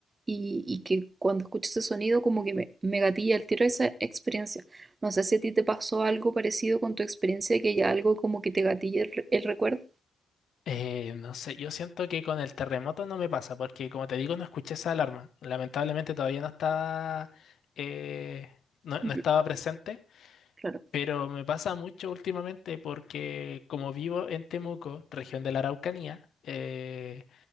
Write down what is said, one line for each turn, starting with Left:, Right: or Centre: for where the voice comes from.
Right: y, y que cuando escucho ese sonido como que me, me gatilla el tiro de esa experiencia. No sé si a ti te pasó algo parecido con tu experiencia, que haya algo como que te gatille el, re- el recuerdo.
Left: Eh, no sé, yo siento que con el terremoto no me pasa, porque como te digo, no escuché esa alarma. Lamentablemente todavía no estaba, eh, no,
Right: Ujú,
Left: no estaba presente,
Right: Claro,
Left: pero me pasa mucho últimamente porque como vivo en Temuco, región de la Araucanía, eh,